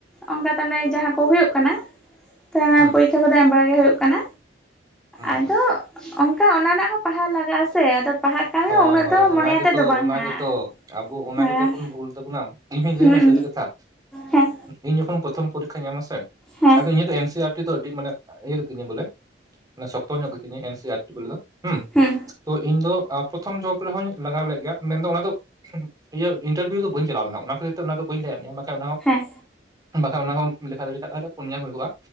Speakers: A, in the centre; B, on the right.
A: ᱚᱱᱠᱟ ᱛᱟᱱᱮ ᱡᱟᱦᱟᱸ ᱠᱚ ᱦᱳᱭ ᱠᱟᱱᱟ᱾ <unintelligible>
B: ᱦᱩᱸ
A: ᱯᱚᱨᱤᱠᱠᱷᱟ ᱠᱚ ᱫᱚ ᱮᱢ ᱵᱟᱲᱟ ᱜᱮ ᱦᱩᱭᱩᱜ ᱠᱟᱱᱟ᱾
B: ᱦᱩᱸ
A: ᱟᱫᱚ
B: ᱦᱩᱸ
A: ᱚᱱᱠᱟ ᱚᱱᱟ ᱨᱮᱱᱟᱜ ᱦᱚᱸ ᱯᱟᱲᱦᱟᱣ ᱞᱟᱜᱟᱜᱼᱟ ᱥᱮ ᱟᱫᱚ ᱯᱟᱲᱦᱟᱜ ᱠᱟᱱ
B: ᱦᱳᱭ
A: ᱨᱮᱦᱚᱸ ᱩᱱᱟᱹᱜ
B: ᱦᱳᱭ
A: ᱫᱚ ᱢᱚᱱᱮ
B: ᱚᱱᱟ
A: ᱟᱛᱮᱫ
B: ᱜᱮᱛᱚ
A: ᱫᱚ ᱵᱟᱝ
B: ᱚᱱᱟ
A: ᱦᱟᱸᱜ
B: ᱜᱮᱛᱚ ᱟᱵᱚ ᱚᱱᱟ
A: ᱦᱮᱸ
B: ᱜᱮᱛᱚ ᱵᱚᱱ ᱵᱷᱩᱞ ᱛᱟᱵᱚᱱᱟ ᱤᱧ ᱦᱚᱧ ᱞᱟᱹᱭ
A: ᱦᱩᱸ
B: ᱟᱢᱢᱟ ᱥᱟᱹᱨᱤ ᱠᱟᱛᱷᱟ
A: ᱦᱮᱸ
B: ᱤᱧ ᱡᱚᱠᱷᱚᱱ ᱯᱨᱚᱛᱷᱚᱢ ᱯᱚᱨᱤᱠᱠᱷᱟᱧ ᱮᱢ ᱟᱥᱮ
A: ᱦᱮᱸ
B: ᱟᱫᱚ ᱤᱧᱟᱹᱜ ᱫᱚ ᱮᱱᱥᱤ ᱟᱨ ᱫᱚ ᱟᱹᱰᱤ ᱢᱟᱱᱮ ᱤᱭᱟᱹ ᱜᱮ ᱛᱤᱧᱟ ᱵᱚᱞᱮ ᱢᱟᱱᱮ ᱥᱚᱠᱛᱚ ᱧᱚᱜ ᱜᱤᱛᱤᱧᱟ ᱮᱱ ᱥᱤ ᱟᱨ ᱴᱤᱠᱮᱞ ᱫᱚ ᱦᱩ ᱸ
A: ᱦᱩᱸ
B: ᱛᱚ ᱤᱧ ᱫᱚᱼᱼ ᱯᱨᱚᱛᱷᱚᱢ ᱡᱚᱵ ᱨᱮᱦᱚᱧ ᱞᱟᱜᱟᱣ ᱞᱮᱫ ᱜᱮᱭᱟ ᱢᱮᱱ ᱫᱚ ᱚᱱᱟ ᱫᱚᱼ ᱤᱭᱟᱹ ᱤᱱᱴᱟᱨᱵᱷᱤᱭᱩ ᱫᱚ ᱵᱟᱹᱧ ᱪᱟᱞᱟᱣ ᱞᱮᱱᱟ ᱚᱱᱟ ᱠᱷᱟᱹᱛᱤᱨ ᱛᱮ ᱚᱱᱟ ᱫᱚ ᱵᱟᱹᱧ ᱞᱟᱹᱭᱟᱫ ᱢᱮᱭᱟ ᱵᱟᱝ ᱠᱷᱟᱱ ᱚᱱᱟ ᱦᱚᱸᱼ
A: ᱦᱮᱸ
B: ᱵᱟᱠᱷᱟᱡ ᱚᱱᱟᱦᱚᱸ ᱞᱮᱠᱷᱟ ᱫᱟᱲᱮ ᱠᱷᱟᱱᱡᱮ ᱯᱩᱱᱭᱟ ᱦᱩᱭᱩᱜᱼᱟ᱾